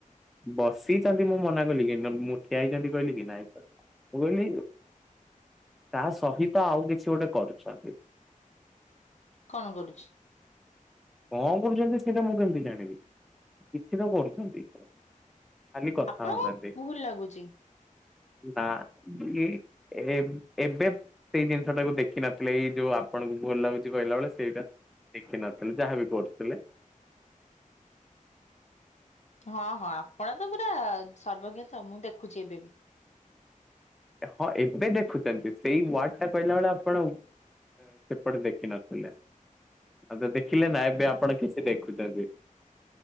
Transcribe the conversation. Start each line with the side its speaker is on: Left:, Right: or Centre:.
Centre: ବସିଛନ୍ତି ମୁଁ ମନା କଲି କି ମୁଁ ଠିଆ ହେଇଛନ୍ତି କହିଲି କି ନାଇଁ। ମୁ କହିଲି ତା ସହିତ ଆଉ କିଛି ଗୋଟେ କରୁଚନ୍ତି।
Left: କଣ କରୁଚି?
Centre: କଣ କରୁଚନ୍ତି ସେଇଟା ମୁଁ କେମିତି ଜାଣିବି କିଛି ତ କରୁଚନ୍ତି। ଖାଲି କଥା
Left: ଆପଣଙ୍କୁ
Centre: ହେଉ ନାହାନ୍ତି
Left: ଭୁଲ ଲାଗୁଛି
Centre: ନାଁ ଉଁ। ଏ ଏବେ ସେଇ ଜିନିଷ ଟାକୁ ଦେଖିନଥିଲେ ଏଇ ଯୋଉ ଆପଣଙ୍କୁ ଭଲ ଲାଗୁଚି କହିଲା ବେଳେ ସେଇଟା ଦେଖିନ ଯାହାବି କରୁଥିଲେ।
Left: ହଁ ହଁ ଆପଣ ତ ପୁରା ସର୍ବଜ୍ଞ ତ ମୁଁ ଦେଖୁଚି ଏବେ ବି।
Centre: ହଁ ଏବେ ଦେଖୁଚନ୍ତି ସେଇ ୱାର୍ଡ ଟା କହିଲା ବେଳେ ଆପଣ ସେପଟେ ଦେଖିନଥିଲେ। ତ ଦେଖିଲେ ନା ଏବେ ଆପଣ କିଛି ଦେଖୁଚନ୍ତି।